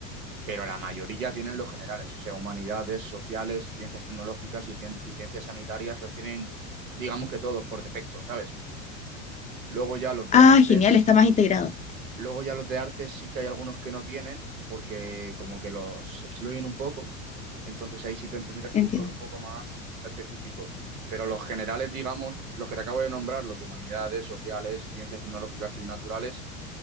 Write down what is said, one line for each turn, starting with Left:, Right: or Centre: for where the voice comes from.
Right: pero la mayoría tienen los generales, o sea, humanidades, sociales, ciencias tecnológicas y, cien- y ciencias sanitarias los tienen, digamos que todos por defecto, ¿sabes? Luego ya los de
Left: Ah,
Right: artes.
Left: genial, está más integrado.
Right: Luego ya los de arte sí que hay algunos que no tienen, porque como que los excluyen un poco. Entonces ahí sí que tendrías
Left: Entiendo.
Right: que buscar un poco más específico. Pero los generales, digamos, los que te acabo de nombrar, los de humanidades, sociales, ciencias tecnológicas y naturales,